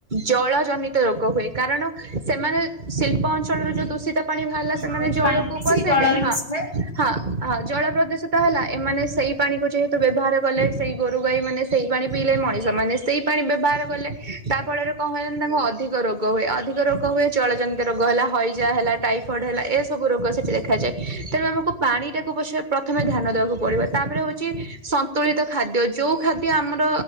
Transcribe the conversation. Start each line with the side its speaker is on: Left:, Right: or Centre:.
Right: ଜଳ ଜନିତ ରୋଗ ହୁଏ। କାରଣ ସେମାନେ ଶିଳ୍ପ ଅଞ୍ଚଳରେ ଯୋଉ ଦୂଷିତ ପାଣି ବାହାରିଲା ସେମାନେ
Left: ଆଉ
Right: ଜଳକୁ
Left: ପାଣି ବି
Right: ପଶେଇଲେ
Left: ସେଇ ଜଳରେ
Right: ହଁ।
Left: ମିଶିଥାଏ।
Right: ହଁ ହଁ ଜଳ ପ୍ରଦୂଷିତ ହେଲା ଏମାନେ ସେଇ ପାଣି କୁ ଯେହେତୁ ବ୍ୟବହାର କଲେ ସେଇ ଗୋରୁ ଗାଈ ମାନେ ସେଇ ପାଣି ପିଇଲେ ମଣିଷ ମାନେ ସେଇ ପାଣି ବ୍ୟବହାର କଲେ ତା ଫଳରେ କଣ ହୁଏ ତାଙ୍କୁ ଅଧିକ ରୋ ଗ ହୁଏ। ଅଧିକ ରୋଗ ହୁଏ ଜଳଜନିତ ରୋଗ ହେଲା ହଇଜା ହେଲା ଟାଇଫଏଡ଼୍ ହେଲା ଏସବୁ ରୋଗ ସେଠି ଦେଖାଯାଏ। ତେଣୁ ଆମକୁ ପାଣିଟାକୁ ପଛେ ପ୍ରଥମେ ଧ୍ୟାନ ଦେବାକୁ ପଡିବ। ତାପରେ ହଉଚି ସନ୍ତୁଳିତ ଖାଦ୍ୟ ଯୋଉ ଖାଦ୍ୟ ଆମର